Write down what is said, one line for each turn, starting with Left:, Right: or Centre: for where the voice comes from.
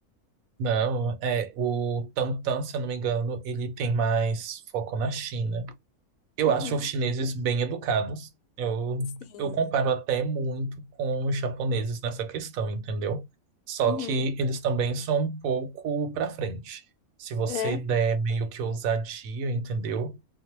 Right: Não, é o Tantan, se eu não me engano, ele tem mais foco na China. Eu
Left: Uhum.
Right: acho os chineses bem educados. Eu,
Left: Sim.
Right: eu comparo até muito com os japoneses nessa questão, entendeu? Só
Left: Uhum.
Right: que eles também são um pouco pra frente. Se você
Left: É.
Right: der meio que ousadia, entendeu?